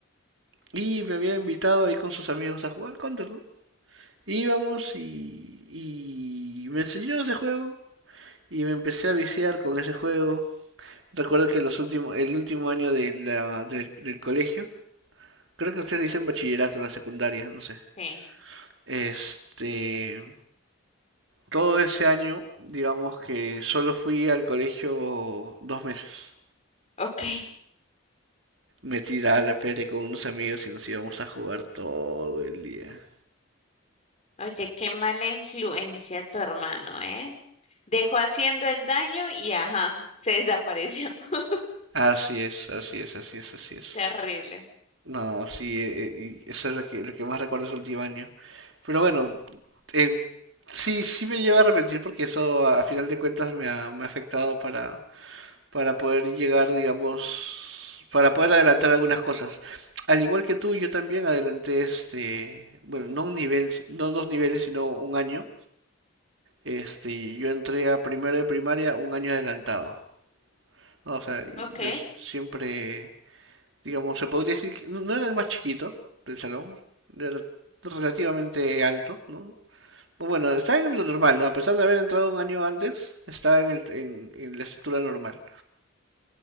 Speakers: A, on the right; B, on the left.
A: Y me había invitado ahí con sus amigos a jugar Counter, ¿no? Íbamos y, y me enseñó ese juego. Y me empecé a viciar con ese juego. Recuerdo que los últimos, el último año de la- del- del colegio, creo que ustedes dicen bachillerato, la secundaria, no sé.
B: Sí.
A: Este, todo ese año, digamos que solo fui al colegio dos meses.
B: ok.
A: Me tiraba la pere con unos amigos y nos íbamos a jugar todo el día.
B: Oye, qué mala influencia tu hermano, ¿eh? Dejó haciendo el daño y ajá, se desapareció. <laughs>
A: Así es, así es, así es, así es.
B: Terrible.
A: No, sí, eh, eh, y eso es lo que, lo que más recuerdo de ese último año. Pero bueno, en- sí, sí me llevo a arrepentir porque eso a, a final de cuentas me ha, me ha afectado para, para poder llegar, digamos, para poder adelantar algunas cosas. Al igual que tú, yo también adelanté este, bueno, no un nivel, no dos niveles, sino un año. Este, yo entré a primero de primaria un año adelantado. ¿no? O sea,
B: Ok,
A: yo s- siempre, digamos, se podría decir que no no era el más chiquito del salón, era relativamente alto, ¿no? Bueno, estaba en lo normal, ¿no? A pesar de haber entrado un año antes, estaba en el, en, en la estructura normal.